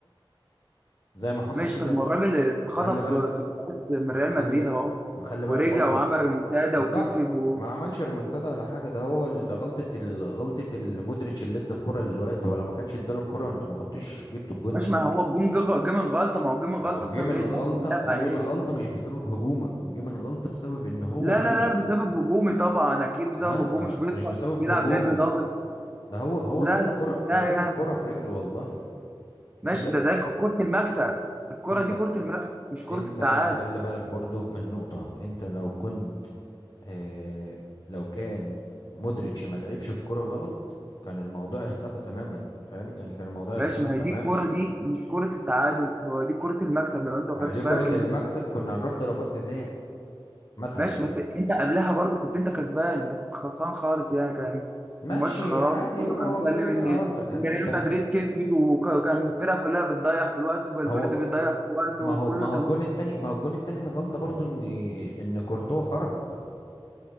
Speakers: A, on the left; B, on the right.
A: زي ما حصل
B: ماشي
A: كده
B: طب ما الراجل اللي اتخطف
A: خلي بالك
B: في الكاس من ريال
A: خلي
B: مدريد اهو
A: خلي بالك
B: ورجع
A: برضه
B: وعمل ريمونتادا
A: لا
B: وكسب و...
A: ما عملش ريمونتادا ولا حاجه ده هو ال- غلطه ال- غلطه المودريتش اللي ادى الكره للواد هو لو ما كانش اداله الكره انت ما كنتش جبت الجون
B: مش
A: ده
B: ما هو الجون جه غ- جه من غلطه ما هو جه من
A: ما
B: غلطه
A: هو
B: بسبب
A: جه من
B: ايه
A: غلطه
B: ضغط اللعب
A: جه
B: عليه
A: من غلطه مش بسبب هجومك جه من غلطه بسبب ان هو
B: لا
A: غلط
B: لا لا بسبب هجومي طبعا اكيد بسبب
A: لا
B: هجومي مش بيضغط
A: مش بسبب
B: مش بيلعب
A: هجومك
B: لعب ضاغط
A: ده هو هو
B: لا
A: اداله
B: لا
A: الكره
B: لا
A: اداله
B: يعني
A: الكره في رجله والله
B: ماشي
A: انت
B: ده ده ك- كرة المكسب الكرة
A: انت
B: دي كرة المكسب مش كرة
A: انت
B: التعادل
A: خلي بالك برضو من نقطة انت لو كنت اه لو كان مودريتش ما لعبش الكرة غلط كان الموضوع اختفى تماما فاهم يعني كان الموضوع اختلف
B: ماشي ما
A: تماما
B: هي دي الكرة دي مش كرة التعادل هو دي كرة المكسب لو انت
A: ما
B: ما خدتش
A: هي دي
B: بالك
A: كرة
B: ان
A: المكسب
B: دي كرة
A: كنا هنروح ضربات جزاء مثلا
B: ماشي بس انت قبلها برضو كنت انت كسبان انت كنت خلصان خالص يعني كان
A: ماشي
B: الماتش خلاص
A: عادي
B: كله
A: بقى
B: كان
A: هو
B: سلم
A: كده كده
B: ان
A: اه انت انت
B: ان ريال
A: ما
B: مدريد كسبت وك- وكان الفرقة كلها بتضيع في الوقت وفالفيردي
A: هو
B: بتضيع في الوقت
A: ما
B: وكله
A: هو ما هو
B: تمام
A: الجون التاني ما هو الجون التاني ده غلطة برضو ان ان كورتوا خرج